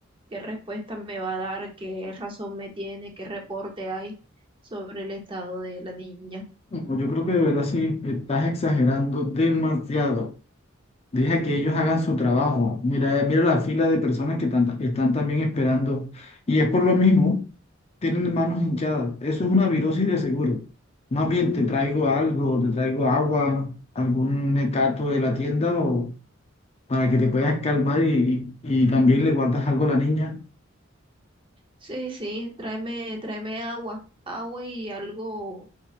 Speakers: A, on the right; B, on the left.
A: qué respuesta me va a dar, qué razón me tiene, qué reporte hay sobre el estado de la niña.
B: No, Yo creo que de verdad sí, estás exagerando demasiado. Deja que ellos hagan su trabajo. Mira, mira la fila de personas que tan- están también esperando. Y es por lo mismo, tienen manos hinchadas. Eso es una virosis de seguro. Más bien te traigo algo, te traigo agua, algún mecato de la tienda o para que te puedas calmar y, y, y también le guardas algo a la niña.
A: Sí, sí, tráeme, tráeme agua, agua y algo